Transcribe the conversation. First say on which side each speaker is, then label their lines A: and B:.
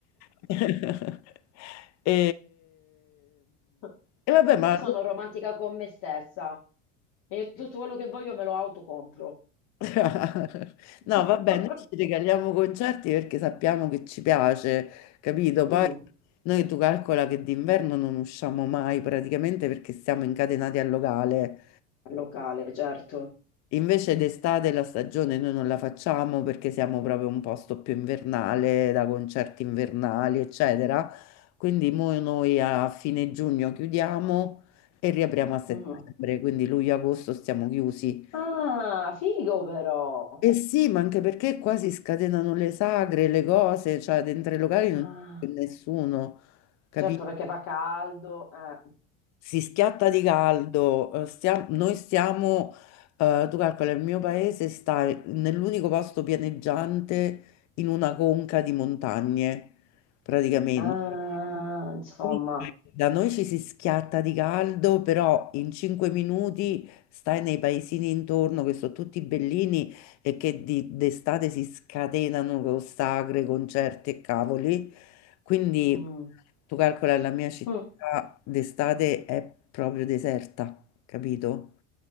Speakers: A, on the left; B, on the left.
A: <laughs> E,
B: <laughs>
A: e vabbè, ma
B: Io sono romantica con me stessa e tutto quello che voglio me lo autocompro.
A: <laughs> No,
B: <laughs>
A: vabbè, noi ci regaliamo concerti perché sappiamo che ci piace, capito? Poi
B: Mm,
A: noi tu calcola che d'inverno non usciamo mai praticamente perché siamo incatenati al locale.
B: al locale, certo.
A: Invece d'estate la stagione noi non la facciamo perché siamo proprio un posto più invernale, da concerti invernali, eccetera. Quindi mo noi a fine giugno chiudiamo e riapriamo a settembre,
B: Mm.
A: quindi luglio-agosto stiamo chiusi.
B: Ah, figo però.
A: Eh sì, ma anche perché qua si scatenano le sagre, le cose, cioè dentro i locali non
B: Ah,
A: c'è più nessuno, capito?
B: certo perché fa caldo. eh.
A: Si schiatta di caldo, eh, stia- noi stiamo, eh, tu calcola, il mio paese sta nell'unico posto pianeggiante in una conca di montagne, praticamente.
B: Ah, insomma.
A: Quindi Da noi ci si schiatta di caldo, però in cinque minuti stai nei paesini intorno che sono tutti bellini e che di- d'estate si scatenano con sagre, concerti e cavoli. Quindi
B: Mm.
A: tu calcola la mia città
B: Mm.
A: d'estate è proprio deserta, capito?